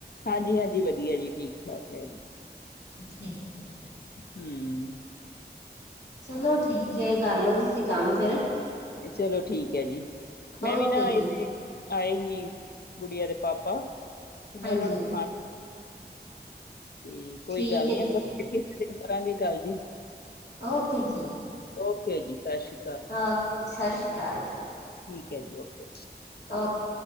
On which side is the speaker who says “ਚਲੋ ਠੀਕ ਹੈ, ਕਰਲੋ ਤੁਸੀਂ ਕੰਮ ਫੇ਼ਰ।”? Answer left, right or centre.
Left